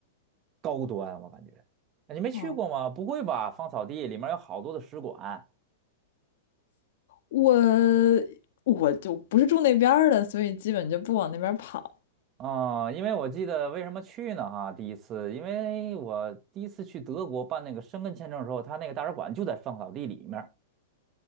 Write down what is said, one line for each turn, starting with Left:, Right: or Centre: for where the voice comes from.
Right: 高端，我感觉。啊你没去过吗？
Left: 啊？哦
Right: 不会吧？芳草地里面有好多的使馆
Left: 我我就不是住那边儿的，所以基本就不往那边儿跑
Right: 啊，因为我记得为什么去呢？哈，第一次，因为我第一次去德国办那个申根签证的时候，他那个大使馆就在芳草地里面儿